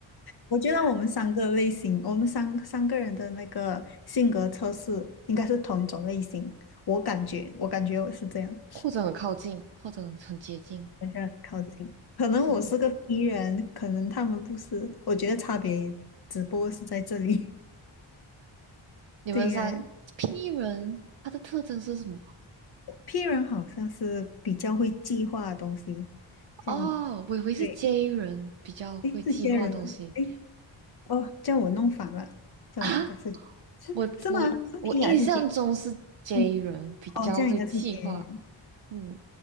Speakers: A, on the left; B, on the right.
A: 我觉得我们三个类型，我们三三个人的那个性格测试应该是同一种类型，我感觉，我感觉我是这样，
B: <laughs> 或者很靠近，或者很接近。
A: 好像靠近。可能我是个敌人，
B: 是的
A: 可能他们不是，我觉得差别也只不过是在这里。
B: 你们三
A: <laughs> 对呀，
B: P 人，他的特征是什么？
A: P 人好像是比较会计划的东西，像
B: 哦，我以为是
A: 对，
B: J 人比较会计划东西
A: 诶，是接人吗？诶，哦，叫我弄反了，叫我应该是是是吗？
B: 啊，我我我印象中是
A: 是 P 还是 J？
B: J
A: 嗯，
B: 人比较会计划，
A: 哦，这样应该是 J 人。
B: 嗯。